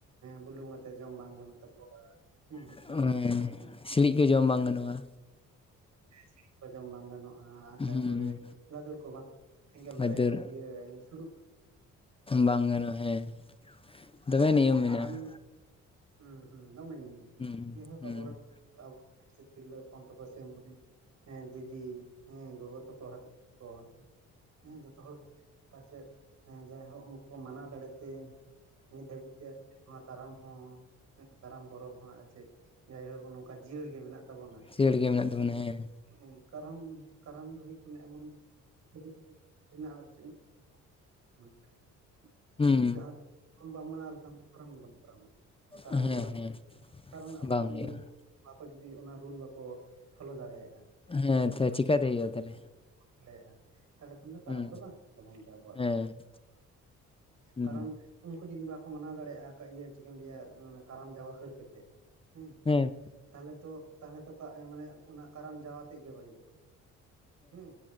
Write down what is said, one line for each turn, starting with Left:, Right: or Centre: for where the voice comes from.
Right: ᱵᱩᱞᱩᱝ ᱟᱛᱮᱜ ᱡᱚᱢ ᱵᱟᱝ ᱜᱟᱱᱚᱜ ᱛᱟᱠᱚᱣᱟ, <unintelligible>
Left: ᱦᱮᱸ ᱥᱤᱲᱤᱡ ᱠᱚ ᱡᱚᱢ ᱵᱟᱝ ᱜᱟᱱᱚᱜᱼᱟ
Right: ᱥᱤᱨᱤᱡ ᱠᱚ ᱡᱚᱢ ᱵᱟᱝ ᱜᱟᱱᱚᱜᱼᱟ, ᱟᱨ
Left: ᱦᱩᱸ
Right: ᱛᱟᱨᱯᱚᱨᱮ ᱜᱟᱫᱩᱨ ᱠᱚ ᱵᱟᱝ ᱥᱮᱸᱜᱮᱞ
Left: ᱵᱷᱟᱹᱫᱩᱨ
Right: ᱨᱮ ᱤᱭᱟᱹ ᱥᱩᱨᱩᱜ
Left: ᱵᱟᱝ ᱜᱟᱱᱚᱜᱼᱟ ᱦᱮᱸ ᱫᱚᱢᱮ ᱱᱤᱭᱚᱢ
Right: ᱠᱟᱨᱟᱢ
Left: ᱢᱮᱱᱟᱜᱼᱟ᱾
Right: ᱦᱩᱸ ᱦᱩᱸ ᱫᱚᱢᱮ ᱱᱤᱭᱚᱢ
Left: ᱦᱩᱸ
Right: ᱡᱟᱭᱦᱳᱠ
Left: ᱦᱩᱸ
Right: ᱟᱵᱚ ᱨᱮᱱ ᱟᱵᱚ ᱠᱚᱨᱮᱱ ᱥᱮ ᱛᱤᱨᱞᱟᱹ ᱦᱚᱯᱚᱱ ᱛᱟᱠᱚ ᱥᱮ ᱢᱟᱹᱭ ᱦᱮᱸ ᱫᱤᱫᱤ ᱦᱮᱸ ᱜᱚᱜᱚ ᱛᱟᱠᱚ ᱦᱟᱛᱟᱣᱟ ᱠᱚ, ᱦᱮᱸ ᱡᱚᱛᱚ ᱦᱚᱲ ᱵᱟᱨᱥᱮᱫ ᱡᱟᱭᱦᱳᱠ ᱩᱝᱠᱳ ᱢᱟᱱᱟᱣ ᱫᱟᱲᱮᱜ ᱛᱮ ᱱᱤᱛ ᱫᱷᱟᱹᱵᱤᱡ ᱛᱮ ᱱᱚᱣᱟ ᱠᱟᱨᱟᱢ ᱦᱚᱸ ᱦᱮᱸ ᱠᱟᱨᱟᱢ ᱯᱚᱨᱚᱵᱽ ᱦᱚᱸ ᱟᱨ ᱪᱮᱫ ᱡᱟᱭᱦᱳᱠ ᱱᱚᱝᱠᱟ ᱡᱤᱭᱟᱹᱲ ᱜᱮ ᱢᱮᱱᱟᱜ ᱛᱟᱵᱚᱱᱟ
Left: ᱥᱤᱭᱟᱹᱲ ᱜᱮ ᱢᱮᱱᱟᱜ ᱛᱟᱵᱚᱱᱟ ᱦᱮᱸ,
Right: ᱦᱮᱸ ᱠᱟᱨᱟᱢ ᱠᱟᱨᱟᱢ ᱫᱚ ᱦᱩᱭᱩᱜ ᱠᱟᱱᱟ ᱮᱢᱚᱱ <unintelligible> ᱢᱮᱱᱟᱜᱼᱟ ᱟᱨ ᱪᱮᱫ <unintelligible>
Left: ᱦᱩᱸ
Right: ᱡᱟᱦᱟᱸ ᱫᱚ ᱦᱩᱞ ᱵᱟᱢ ᱢᱟᱱᱟᱣ ᱞᱮᱠᱷᱟᱱ ᱫᱚ ᱠᱟᱨᱟᱢ ᱜᱮ ᱵᱟᱝ ᱠᱟᱨᱟᱢᱚᱜᱼᱟ ᱠᱟᱨᱟᱢ
Left: ᱦᱮᱸ
Right: ᱜᱮ ᱵᱟᱝ
Left: ᱦᱮᱸ
Right: ᱠᱟᱨᱚᱱ ᱟᱵᱚᱨᱮᱱ
Left: ᱵᱟᱝ ᱦᱩᱭᱩᱜᱼᱟ
Right: ᱢᱟᱹᱭ ᱵᱟᱠᱚ ᱡᱩᱫᱤ ᱚᱱᱟ ᱨᱩᱞ ᱵᱟᱠᱚ ᱯᱷᱳᱞᱳ ᱫᱟᱲᱮᱭᱟᱜᱼᱟ ᱱᱤᱭᱚᱢ
Left: ᱦᱮᱸ ᱛᱚ
Right: ᱥᱮ
Left: ᱪᱤᱠᱟᱛᱮ ᱦᱩᱭᱩᱜᱼᱟ ᱛᱟᱦᱞᱮ
Right: <unintelligible> <unintelligible> ᱛᱟᱦᱚᱞᱮ ᱠᱷᱟᱱ ᱫᱚ ᱠᱟᱨᱟᱢ
Left: ᱦᱩᱸ
Right: ᱫᱚ ᱵᱟᱝ ᱦᱩᱭᱩᱜ ᱛᱟᱵᱚᱱ ᱜᱮᱭᱟ ᱟᱵᱚᱣᱟᱜ
Left: ᱦᱮᱸ
Right: ᱫᱚ
Left: ᱦᱩᱸ
Right: ᱠᱟᱨᱚᱱ ᱩᱱᱠᱩ ᱡᱩᱫᱤ ᱵᱟᱠᱚ ᱢᱟᱱᱟᱣ ᱫᱟᱲᱮᱭᱟᱜᱼᱟ ᱠᱟᱜ ᱤᱭᱟᱹ ᱪᱤᱠᱟᱹᱧ ᱞᱮᱭᱟ ᱠᱟᱨᱟᱢ ᱡᱟᱣᱟ ᱦᱟᱹᱨ ᱠᱟᱛᱮᱜ ᱦᱮᱸ,
Left: ᱦᱮᱸ
Right: ᱛᱟᱦᱚᱞᱮ ᱛᱚ ᱛᱟᱦᱚᱞᱮ ᱛᱚ ᱠᱟᱜ ᱢᱟᱱᱮ ᱚᱱᱟ ᱠᱟᱨᱟᱢ ᱡᱟᱣᱟ ᱛᱮᱜ ᱜᱮ ᱵᱟᱹᱲᱤᱡᱚᱜᱼᱟ ᱦᱮᱸ,